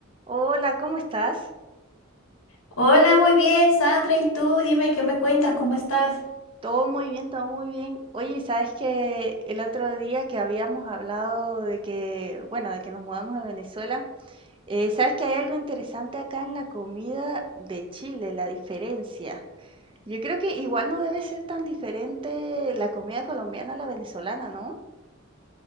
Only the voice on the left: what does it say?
Hola, muy bien, Sandra. ¿Y tú? Dime, ¿qué me cuentas? ¿Cómo estás?